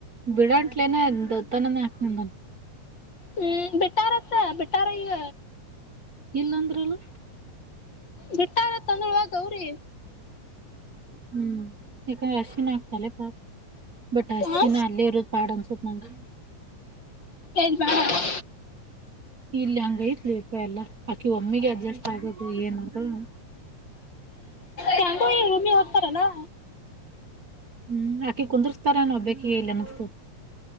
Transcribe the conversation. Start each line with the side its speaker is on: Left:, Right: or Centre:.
Right: ಬಿಡಂಟ್ಲೇನೆ ದತ್ತನನ ಹಾಕ್ನಂದನ.
Left: ಹ್ಮ್ ಬಿಟ್ಟಾರಾಂತೆ ಬಿಟರ ಇವ.
Right: ಇಲ್ಲಂದ್ರ ಇಲ್ಲ.
Left: ಬಿಟ್ಟಾರ ತಂದವ ಗೌರಿ.
Right: ಹ್ಮ್ ಈಕ ಅಶ್. <unintelligible> ಬಟ್ ಅಶಿನ
Left: ಹ
Right: ಅಲ್ಲೇ ಇರೋದ ಪಾಡ್ ಅನ್ಸತ್ ನಂಗ.
Left: ಹೈ ಬೇಡವಾ.
Right: ಇಲಯಂಗೈತ್ ಫೆ ಪೆಲ್ಲ. ಅಕಿ ಒಮ್ಮಿಗೆ ಅಡ್ಜಸ್ಟ್ ಆಗು ಏನ್ ಮಾಡ್ತಳೋ ಏನೋ.
Left: ಕೆಂತ ರೂಮಿಗ್ ಹೋಗ್ತಾರೇನು.
Right: ಹ್ಮ್ ಆಕಿ ಕುಂದ್ರುಸ್ತಾರೇನೋ ಒಬ್ಬಕಿಗೆ ಇಲ್ ಅನುಸ್ತಾದ.